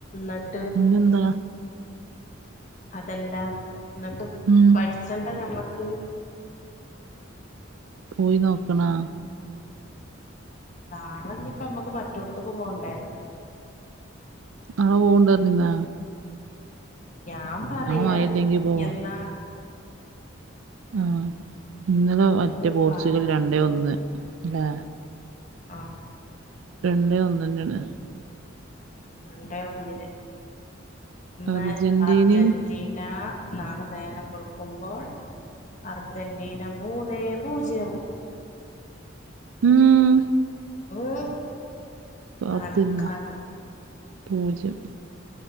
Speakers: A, on the left; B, on the right.
A: ന്നട്ട്
B: ന്നെന്താ
A: അതല്ല ന്നട്ട്
B: ഉം
A: പട്ച്ചണ്ടേ ഞമ്മക്ക്
B: പോയി നോക്കണാ
A: നാളെ ഞ്ഞ്പ്പൊ മ്മക്ക് മറ്റൊട്ത്ത്ക്ക് പോണ്ടേ?
B: ങ്ങള് പോകിണ്ട് പറഞ്ഞിർന്ന
A: ഞാ പറയാ
B: മഴല്ലെങ്കി
A: പിന്നെന്നാ
B: പോവാ ആ ഇന്നലെ മറ്റേ
A: നമുക്ക്
B: പോർച്ചുഗൽ രണ്ടേ ഒന്ന് ല്ലേ
A: ആഹ്
B: രണ്ടേ ഒന്നന്നേണ്.
A: രണ്ടേ ഒന്നിന് ഇന്ന്
B: അർജന്റീനയും
A: അർജന്റീന നാളെ നേരം വെൾക്കുമ്പോൾ അർജന്റീന മൂന്നേ പൂജ്യം.
B: ഉം
A: <unintelligible>
B: കാത്ത്ര്ന്നോ
A: കാണാ കാണാ
B: പൂജ്യം.